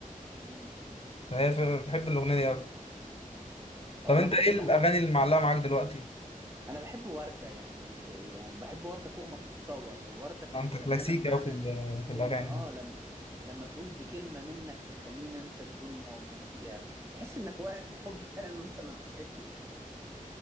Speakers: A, on the right; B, on the left.
A: امم
B: فهي فعلا بحب الأغنية دي أوي طب
A: او
B: أنت
A: انا برضو
B: إيه الأغاني
A: بحب
B: اللي معلقة معاك دلوقتي؟
A: انا بحب وردة يعني, ب... يعني بحب وردة فوق ما تتصور وردة كانت
B: أنت
A: فنانة
B: كلاسيكي
A: بمعنى
B: أوي في ال-
A: الكلمة
B: في الأغاني
A: اه لما لما تقول بكلمة منك تخليني انسى الدنيا ومن فيها تحس انك واقف الحب <laughs> فعلا وانت ما بتحبش